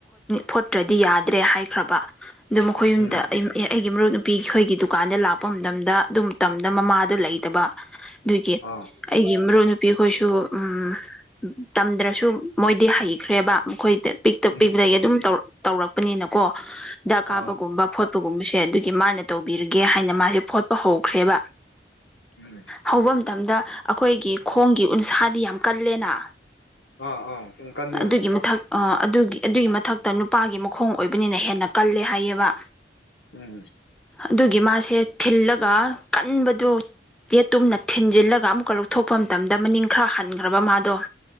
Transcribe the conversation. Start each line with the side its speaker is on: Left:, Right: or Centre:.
Centre: ꯐꯣꯠꯇ꯭ꯔꯗꯤ ꯌꯥꯗ꯭ꯔꯦ ꯍꯥꯏ ꯈ꯭ꯔꯕ ꯑꯗꯨ ꯃꯈꯣꯏ ꯌꯨꯝꯗ
Left: ꯎꯝ
Centre: ꯑꯩꯒꯤ ꯃꯔꯨꯞ ꯅꯨꯄꯤ ꯑꯩꯈꯣꯏꯒꯤ ꯗꯨꯀꯥꯟꯗ ꯂꯥꯛꯄ ꯃꯇꯝꯗ ꯑꯗꯨꯝ ꯃꯇꯝꯗ ꯃꯃꯥꯗꯨ ꯂꯩꯇꯕ ꯑꯗꯨꯒꯤ
Left: ꯑꯥ
Centre: ꯑꯩꯒꯤ ꯃꯔꯨꯞ ꯅꯨ ꯄꯤꯈꯣꯏꯁꯨ ꯎꯝ ꯇꯝꯗ꯭ꯔꯁꯨ ꯃꯣꯏꯗꯤ ꯍꯩꯈ꯭ꯔꯦꯕ ꯃꯈꯣꯏꯗ ꯄꯤꯛꯇ
Left: ꯎꯝ
Centre: ꯄꯤꯛꯅꯒꯤ ꯑꯗꯨꯝ ꯇꯧꯔꯛ ꯇꯧꯔꯛꯄꯅꯤꯅꯀꯣ ꯍꯤꯗꯥꯛ
Left: ꯑꯥ
Centre: ꯀꯥꯞꯄꯀꯣ ꯒꯨꯝꯕ ꯐꯣꯠꯄꯒꯨꯝꯕꯁꯦ ꯑꯗꯨꯒꯤ ꯃꯥꯅ ꯇꯧꯕꯤꯔꯒꯦ ꯍꯥꯏꯅ ꯃꯥꯁꯦ ꯐꯣꯠꯄ ꯍꯧꯈ꯭ꯔꯦꯕ
Left: ꯎꯝ
Centre: ꯍꯧꯕ ꯃꯇꯝꯗ ꯑꯈꯣꯏꯒꯤ ꯈꯣꯡꯒꯤ ꯎꯟꯁꯥꯗꯤ ꯌꯥꯝ ꯀꯜꯂꯦꯅ
Left: ꯑꯥ ꯑꯥ ꯁꯨꯃ ꯀꯟꯅꯤ
Centre: ꯑꯗꯨꯒꯤ
Left: ꯎꯝ
Centre: ꯃꯊꯛ ꯑꯗꯨꯒꯤ ꯑꯗꯨꯒꯤ ꯃꯊꯛꯇ ꯅꯨꯄꯥꯒꯤ ꯃꯈꯣꯡ ꯑꯣꯏꯕꯅꯤꯅ ꯍꯦꯟꯅ ꯀꯜꯂꯦ ꯍꯥꯏꯌꯦꯕ
Left: ꯎꯝ
Centre: ꯑꯗꯨꯒꯤ ꯃꯥꯁꯦ ꯊꯤꯜꯂꯒ ꯀꯟꯕꯗꯨ ꯌꯦꯦ ꯇꯨꯝꯅ ꯊꯤꯟꯖꯤꯜꯂꯒ ꯑꯃꯨꯛꯀ ꯂꯧꯊꯣꯛꯄ ꯃꯇꯝꯗ ꯃꯅꯤꯡ ꯈꯔ ꯍꯟꯈ꯭ꯔꯕ ꯃꯥꯗꯣ